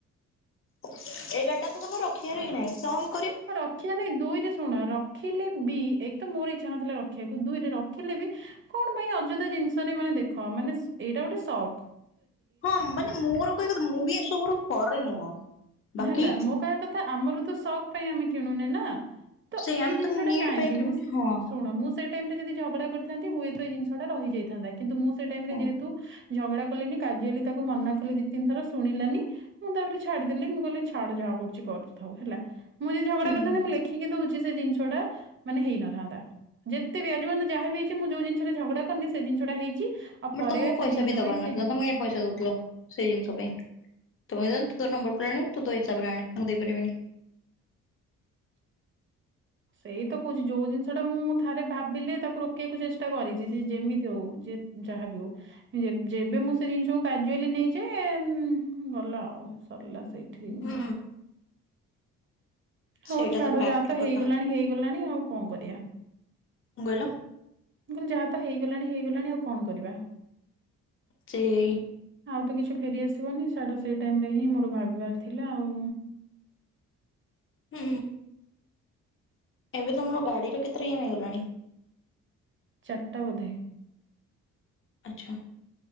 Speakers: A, on the left; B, on the right.
A: ଏଇଗାଡି ଟା ତ ତମର ରଖିବାର ହିଁ ନାହିଁ ତମ
B: ରଖିବାର ନାଇଁ ଦୁଇରେ ଶୁଣ। ରଖିଲେ ବି ଏକତ ମୋର ଇଚ୍ଛା ନଥିଲା ରଖିବାକୁ ଦୁଇରେ ରଖିଲେ ବି କଣ ପାଇଁ ଅଯଥା ଜିନିଷରେ ମାନେ। ଦେଖ ମାନେ ଏଇଟା ଗୋଟେ ଶକ୍।
A: ହଁ ମାନେ ମୋର କହିଆକଥା ମୁବି ଏ ସବୁୁ ପରେ ନୁହଁ। ବାକି
B: ହେଲା ମୋ କହିବା କଥା ଆମର ତ ସକ୍ ପାଇଁ ଆମେ କିଣୁନେ ନା। ତ
A: ସେଇ
B: ଏଇ
A: ଆମେ
B: ଜିନିଷ
A: ତ
B: ଟା
A: ନିଡ୍
B: କାହିଁକି
A: ପାଇଁ କିଣୁଛୁ
B: ମୁଁ ଶ୍
A: ହଁ
B: ଶୁଣ ମୁଁ ଶ୍। ସେ ଟାଇମ ରେ ଯଦି ଝଗଡା କରିଥାନ୍ତି ହୁଏତ ଏ ଜିନିଷ ଟା ରହିଯାଇଥାନ୍ତା କିନ୍ତୁ ମୁଁ ସେ ଟାଇମରେ
A: ହଁ
B: ଯେହେତୁ। ଝଗଡା କଲିନି କାଜୁଆଲି ତାକୁ ମନା କଲି ଦି ତିନ ଥର ଶୁଣିଲାନି ମୁଁ ତାପରେ ଛାଡିି ଦେଲି ମୁଁ କହିଲି ଛାଡ ଯାହା କରୁଛି କରିଥାଉ ହେଲା ମୁଁ ଯଦି ଝଗଡା
A: ହୁଁ।
B: କରିଥାନ୍ତି ମୁଁ ଲେଖିକି ଦଉଛି। ଯେ ସେ ଜିନିଷ ଟା ମାନେ ହେଇନଥାନ୍ତା। ଯେତେ ବି ଆଜିପଯନ୍ତ ଯହା ବି ହେଇଛି ମୁଁ ଯୋଉ ଜିନିଷରେ ଝଗଡା କରିନି ସେ ଜିନସଟା ହେଇଛି। ଆଉ
A: ବଟ
B: ପରେ
A: ତମକୁ ପଇସା
B: ସେ ଜିନିଷ
A: ବି ଦବାର
B: ପାଇଁ
A: ନଥିଲା
B: ସେ
A: ତମେ କାଇଁ ପଇସା ଦଉଥିଲ ସେଇ ଜିନିଷ ପାଇଁ। ତମେ କଇଥାନ୍ତ ତୁ ତୋର ନମ୍ବର ପ୍ଲେଟ୍ ଆଣିବୁ ତୁ ତୋ ହିସାବରେ ଆଣେ ମୁଁ ଦେଇପାରିବିନି।
B: ସେଇ ତ କହୁଛି ଯୋଉ ଜିନିଷ ଟା ମୁଁ ଥରେ ଭାବିଲେ ତାକୁ ରୋକିଆକୁ ଚେଷ୍ ଷ୍ଟା କରିଛି ସିଏ ଯେମିତି ହଉ ଯେ ଯାହାବି ହଉ ଯେବେ ମୁଁ ସେ ଜିନିଷକୁ କାଜୁଆଲି ନେଇଯାଏ ଗଲା ଆଉ। ସରିଲା ସେଇଠି ଜିନଷ।
A: ହୁଁ
B: ହଉ
A: ସେଇଟା
B: ଛାଡ
A: ଫ୍ୟାକ୍ଟର
B: ଯାହା ତ
A: କଥା।
B: ହେଇଗଲାଣି ହେଇଗଲାଣି ଆଉ କଣ କରିବା।
A: କଣ କହିଲ?
B: ମୁଁ କହିଲି ଯାହା ତ ହେଇଗଲାଣି ହେଇଗଲାଣି ଆଉ କଣ କରିବା।
A: ସେଇ
B: ଆଉ ତ କିଛି ଫେରିଆସିବନି ସାଡ ସେଇ ଟାଇମ ରେ ହିଁ ମୋର ଭାବିବାର ଥିଲା ଆଉ।
A: ହୁଁ। ଏବେ ତମର ଗାଡିର କେତେ <unintelligible> ହେଇଗଲାଣି?
B: ଚାରିଟା ବୋଧେ।
A: ଆଚ୍ଛା।